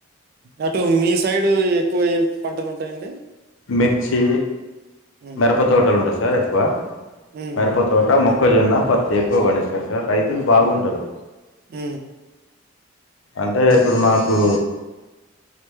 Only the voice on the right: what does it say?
అటు మీ సైడ్ ఎక్కువ పంటలు ఉంటాయండి
ఉమ్
ఉమ్
ఉ